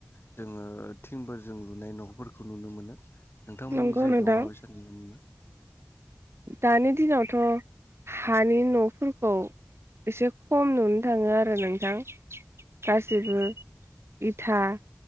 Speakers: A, on the left; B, on the right.
A: जोङो थिंफोरजों लुनाय न'फोरखौ। नुनो मोनो नोंथांमोननि
B: नंगौ
A: जायगायाव
B: नोंथां
A: माबायसा नुनो मोनो।
B: दानि दिनावथ' हानि न'फोरखौ एसे खम नुनो थाङो आरो नोंथां गासैबो। इथा